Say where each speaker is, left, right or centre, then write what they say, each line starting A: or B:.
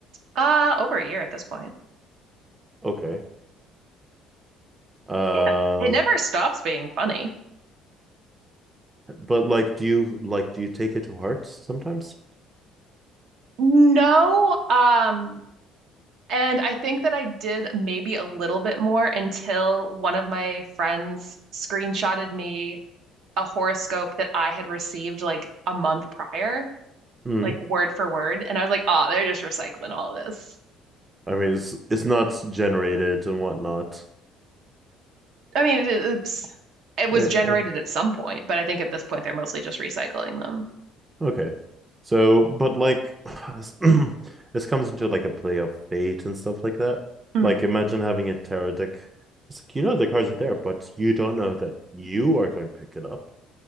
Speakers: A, on the right; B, on the right.
A: Uh, over a year at this point.
B: Okay. Um,
A: Yeah. It never stops being funny.
B: but like, do you like do you take it to heart sometimes?
A: No, um, and I think that I did maybe a little bit more until one of my friends screenshotted me a horoscope that I had received like a month prior,
B: Hmm.
A: like word for word, and I was like, ah, they're just recycling all this."
B: I mean, it's it's not generated and whatnot.
A: I mean, it, it's it was
B: Eh,
A: generated
B: eh.
A: at some point, but I think at this point they're mostly just recycling them.
B: Okay. So, but like, <sighs> <clears throat> this comes into like a play of fate and stuff like that.
A: Mhm.
B: Like, imagine having a tarot deck. It's like, you know, the cards are there, but you don't know that you are going to pick it up.